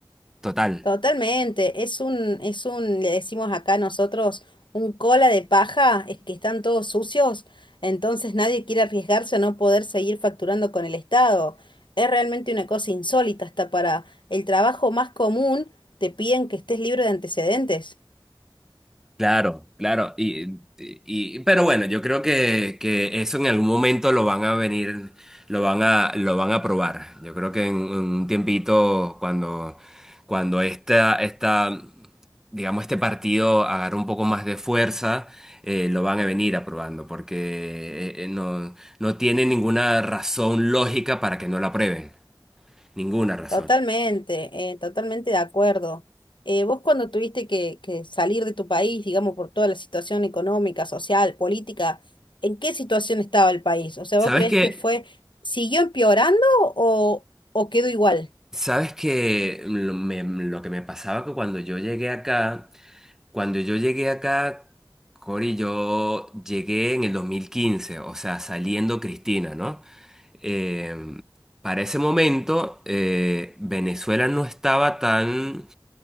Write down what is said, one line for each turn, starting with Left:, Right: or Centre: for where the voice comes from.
Centre: total.
Left: Totalmente, es un, es un, le decimos acá nosotros, un cola de paja, es que están todos sucios, entonces nadie quiere arriesgarse a no poder seguir facturando con el Estado. Es realmente una cosa insólita, hasta para el trabajo más común te piden que estés libre de antecedentes.
Centre: Claro, claro. Y, Y, y- pero bueno, yo creo que, que eso en algún momento lo van a venir, lo van a, lo van a probar. Yo creo que en, en un tiempito, cuando, cuando esta, esta, digamos, este partido agarre un poco más de fuerza, eh, lo van a venir aprobando, porque eh, eh, no, no tiene ninguna razón lógica para que no lo aprueben. Ninguna razón.
Left: Totalmente, eh, totalmente de acuerdo. Eh, vos cuando tuviste que, que salir de tu país, digamos, por toda la situación económica, social, política, ¿en qué situación estaba el país? O sea,
Centre: ¿Sabes
Left: ¿vos crees
Centre: qué?
Left: que fue, siguió empeorando o, o quedó igual?
Centre: ¿Sabes qué? Lo, me- lo que me pasaba que cuando yo llegué acá, cuando yo llegué acá, Cori, yo llegué en el dos mil quince o sea, saliendo Cristina, ¿no? Eh, para ese momento, eh, Venezuela no estaba tan...